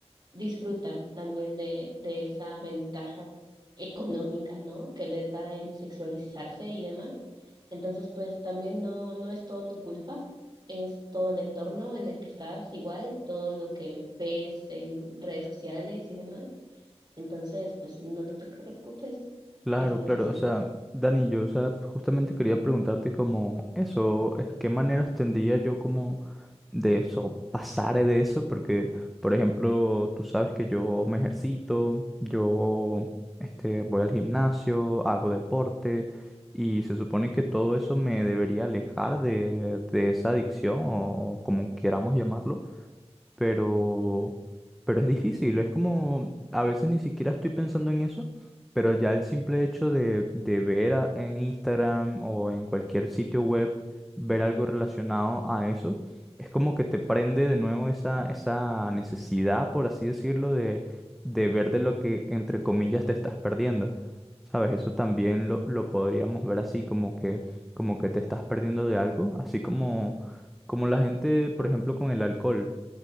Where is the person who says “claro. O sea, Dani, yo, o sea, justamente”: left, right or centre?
Centre